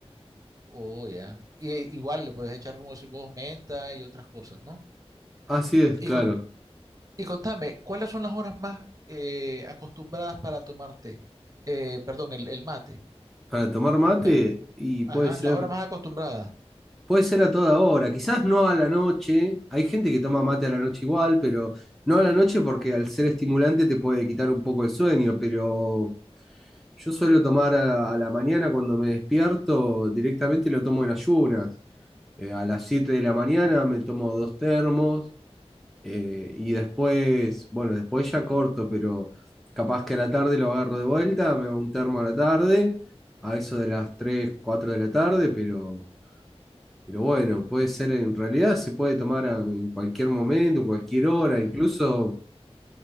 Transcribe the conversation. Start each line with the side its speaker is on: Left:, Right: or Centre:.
Right: Oh, ya. Y igual le puedes echar como si vos menta y otras cosas, ¿no?
Centre: Así es,
Right: Y,
Centre: claro.
Right: con, y contame, ¿cuáles son las horas más eh, acostumbradas para tomar té? Eh, perdón, el, el mate.
Centre: Para tomar mate,
Right: O sea,
Centre: y puede
Right: ajá,
Centre: ser,
Right: las horas más acostumbradas.
Centre: puede ser a toda hora. Quizás no a la noche. Hay gente que toma mate a la noche igual, pero no a la noche porque al ser estimulante te puede quitar un poco el sueño, pero yo suelo tomar a, a la mañana cuando me despierto, directamente lo tomo en ayunas. Eh, a las 7 de la mañana me tomo dos termos Eh, y después, bueno, después ya corto, pero capaz que a la tarde lo agarro de vuelta, me hago un termo a la tarde, a eso de las 3 4 de la tarde, pero, pero bueno, puede ser en realidad, se puede tomar a- en cualquier momento, cualquier hora, incluso
Right: Ujú,